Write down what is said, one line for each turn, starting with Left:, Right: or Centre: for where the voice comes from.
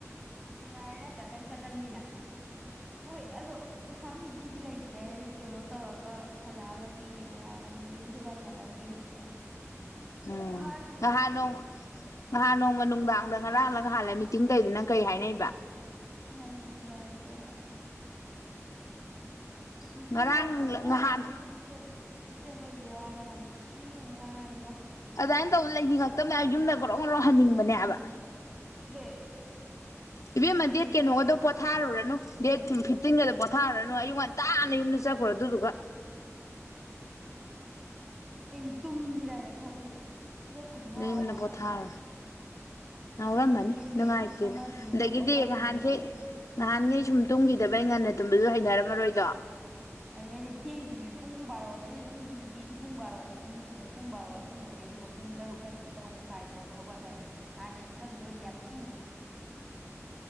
Right: ꯅꯨꯡꯉꯥꯏ ꯅꯠꯇ꯭ꯔꯥ ꯅꯪ ꯆꯠꯂꯝꯅꯤꯅ ꯍꯣꯏ ꯑꯗꯣ ꯄꯩꯁꯥꯗꯣ ꯍꯧꯖꯤꯛ ꯀꯤꯗꯤ ꯂꯩꯇ꯭ꯔꯦ ꯑꯩ ꯀꯩꯅꯣ ꯇꯧꯔꯒ ꯍꯜꯂꯛꯑꯒ ꯄꯤꯔꯒꯦ ꯍꯥꯏꯔꯅꯤ ꯗꯤꯟ ꯈꯣꯏꯕꯥꯅꯤ ꯍꯜꯂꯛꯑꯒ ꯄꯤꯔꯁꯦꯅ
Left: ꯎꯝ
Right: ꯍꯥꯏꯗꯣꯏꯅꯦ
Left: ꯅꯍꯥ ꯅꯣꯡ ꯅꯍꯥꯟ ꯅꯣꯡꯃ ꯅꯨꯡꯗꯥꯡꯗ ꯉꯔꯥꯡꯂ ꯅꯍꯥꯟꯂ ꯃꯤꯇꯤꯡ ꯇꯧꯏꯗꯨꯅ ꯀꯩ ꯍꯥꯏꯅꯩꯕ
Right: ꯅꯍꯥꯟ ꯅꯣꯡ ꯅꯨꯡꯗꯥ ꯍꯥꯏꯗꯤ ꯀꯔꯝꯕ ꯃꯤꯇꯤꯡꯒꯤ
Left: ꯉꯔꯥꯡ
Right: ꯋꯥꯔꯤ ꯇꯧ ꯋꯥꯔꯤ
Left: ꯉꯍꯥꯟ
Right: ꯍꯣꯁꯇꯦꯜ ꯍꯣꯁꯇꯦꯜ ꯂꯩꯌꯣ ꯋꯥꯔꯦ ꯌꯥꯝ ꯊꯤꯅ ꯋꯥꯔꯦꯒꯣ
Left: ꯑꯗꯨꯃꯥꯏꯅ ꯇꯧꯕ ꯂꯩꯅꯤꯡꯉꯛꯇꯕꯅꯦ ꯑꯩ ꯌꯨꯝꯗ ꯉꯣꯔꯧ ꯉꯣꯔꯧ ꯍꯟꯅꯤꯡꯕꯅꯦ ꯍꯥꯢꯕ
Right: ꯗ
Left: ꯏꯕꯦꯝꯃ
Right: ꯁꯣꯛꯏꯅꯦꯖ
Left: ꯗꯦꯠ ꯀꯩꯅꯣꯒꯗꯣ
Right: ꯑꯥꯏ ꯁ꯭ꯀꯤꯝ
Left: ꯄꯣꯊꯥꯔꯨꯔꯅꯨ ꯗꯦꯠ ꯐꯤꯞꯇꯤꯟꯒ ꯑꯗꯨꯝ ꯄꯣꯊꯥꯔꯨꯔꯅꯨ ꯑꯌꯨꯛ ꯉꯟꯇꯥꯥꯟꯅ ꯌꯨꯝꯗ ꯆꯠꯈ꯭ꯔꯣ ꯑꯗꯨꯗꯨꯒ
Right: ꯑꯩꯅ ꯇꯨꯝꯖꯤꯔꯥ ꯍꯥꯏꯅ ꯈꯜꯂꯤꯕ ꯀꯪꯛꯀ ꯉꯥꯎꯋꯦ
Left: ꯅꯌꯨꯝꯗ
Right: ꯍꯥꯏꯕ
Left: ꯄꯣꯊꯥꯔꯣ ꯉꯥꯎꯔꯝꯃꯅꯤ
Right: ꯁꯣꯝ ꯅꯥꯀꯟꯒꯤ
Left: ꯅꯨꯡꯉꯥꯏꯇꯦꯅ
Right: ꯑꯃꯨꯛ ꯑꯃꯒꯤ
Left: ꯑꯗꯒꯤꯗꯤ
Right: ꯑꯃꯨꯛ ꯑꯃꯒꯤ
Left: ꯅꯍꯥꯟꯈꯤ
Right: ꯑꯃꯨꯛ
Left: ꯅꯍꯥꯟꯒ ꯁꯨꯝ ꯇꯨꯝꯈꯤꯗꯕꯩ ꯉꯟꯅ ꯇꯨꯝꯕꯁꯨ ꯍꯩꯅꯔꯝꯃꯔꯣꯏꯗꯣ
Right: ꯑꯩꯅꯗꯤ ꯊꯦꯡ ꯇꯨꯝꯃꯦ ꯄꯨꯡ ꯕꯥꯔꯣꯗꯗꯤ ꯑꯗꯨꯝ ꯅꯨꯡꯇꯤꯒꯤ ꯄꯨꯡ ꯕꯥꯔꯣ ꯑꯩꯁꯤ ꯑꯗꯨꯝ ꯇꯨꯝꯃꯦ ꯄꯨꯡ ꯕꯥꯔꯣ ꯇꯨꯝꯕꯅꯤ ꯑꯗꯨꯒ ꯄꯨꯡ ꯇꯔꯨꯛ ꯅꯠꯇ꯭ꯔꯒ ꯇꯔꯨꯛ ꯃꯈꯥꯏꯗ ꯍꯧꯒꯠꯂꯅꯤ ꯍꯥꯟꯅꯩ ꯐꯤꯕꯝꯗꯨ ꯑꯣꯢꯗꯤ ꯌꯥꯝ ꯊꯤ